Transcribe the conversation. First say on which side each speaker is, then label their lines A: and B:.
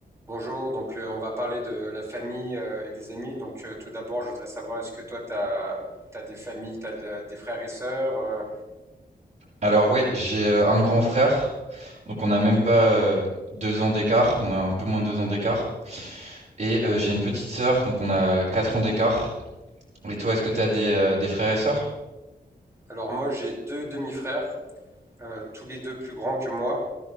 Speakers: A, on the right (about 15°); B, on the right (about 45°).
A: Bonjour, donc euh, on va parler de la famille euh, et des amis. Donc euh, tout d'abord, je voudrais savoir, est-ce que toi, tu as, t'as des familles, tu as de, des frères et sœurs euh
B: Alors ouais, j'ai euh, un grand frère, donc on n'a même pas euh, deux ans d'écart, on a un peu moins de deux ans d'écart. Et euh, j'ai une petite sœur, donc on a quatre ans d'écart. Et toi, est-ce que tu as des, euh, des frères et sœurs?
A: Alors moi, j'ai deux demi-frères, euh, tous les deux plus grands que moi.